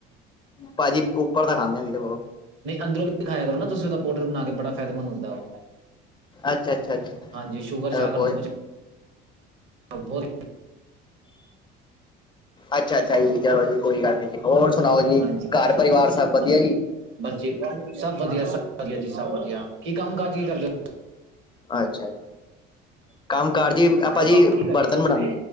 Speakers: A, on the left; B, on the right.
A: ਭਾਜੀ ਉੱਪਰ ਦਾ ਖਾਂਦੇ ਆ ਜੀ ਦੇਖੋ
B: ਨਹੀਂ ਅੰਦਰੋਂ। ਖਾਇਆ ਕਰੋ ਨਾ ਤੁਸੀਂ ਉਹਦਾ ਪਾਊਡਰ ਬਣਾ ਕੇ ਬੜਾ ਫਾਇਦੇਮੰਦ ਹੁੰਦਾ ਉਹ।
A: ਅੱਛਾ ਅੱਛਾ ਜੀ
B: ਹਾਂਜੀ ਸ਼ੂਗਰ-
A: ਚਲੋ
B: ਸ਼ਾਗਰ
A: ਕੋਈ
B: ਤੋਂ ਬਚਾ। ਬਹੁਤ।
A: ਅੱਛਾ- ਅੱਛਾ ਜੀ ਚਲੋ ਜੀ ਕੋਈ ਗੱਲ ਨੀ ਜੀ ਹੋਰ ਸੁਣਾਓ ਜੀ
B: ਹਾਂਜੀ
A: ਘਰ ਪਰਿਵਾਰ ਸਭ ਵਧੀਆ
B: ਬਸ
A: ਜੀ।
B: ਬਸ ਜੀ ਸਭ ਵਧੀਆ ਸਭ ਵਧੀਆ ਜੀ ਸਭ ਵਧੀਆ ਕੀ ਕੰਮ ਕਾਜ ਕੀ ਕਰਦੇ?
A: ਅੱਛਾ ਕੰਮ ਕਾਰ ਜੀ ਆਪਾਂ ਜੀ
B: ਕੰਮ ਕੀ ਕਰਦੇ
A: ਬਰਤਨ
B: ਹੋ
A: ਬਣਾਉਂਦੇ
B: ਤੁਸੀਂ?